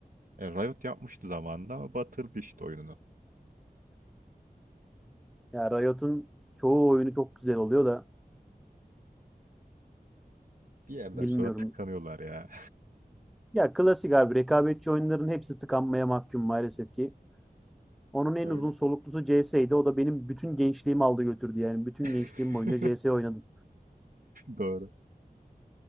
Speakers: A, on the right; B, in the centre.
A: E, Riot yapmıştı zamanında ama batırdı işte oyununu.
B: Ya Riot'un çoğu oyunu çok güzel oluyor da
A: Bir yerden
B: bilmiyorum.
A: sonra tıkanıyorlar ya.
B: Ya klasik abi rekabetçi oyunların hepsi tıkanmaya mahkum maalesef ki. Onun en
A: <laughs> Öyle.
B: uzun soluklusu CS'ydi. O da benim bütün gençliğimi aldı götürdü yani. Bütün
A: <laughs>
B: gençliğim boyunca CS oynadım.
A: Doğru.